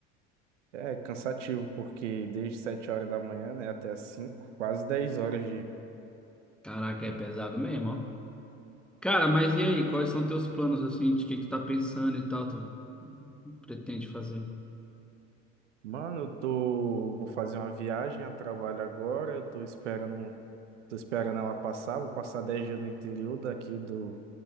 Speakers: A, on the right (about 85°); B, in the centre.
A: É cansativo, porque desde 7 horas da manhã, né, até as 5, quase dez horas
B: caraca, é pesado mesmo, ó. Cara, mas e aí, quais são teus planos, assim, de que que tu tá pensando e tal, tu pretende fazer?
A: Mano, eu tô, vou fazer uma viagem a trabalho agora. Eu tô esperando, tô esperando ela passar. Vou passar 10 dias no interior daqui do,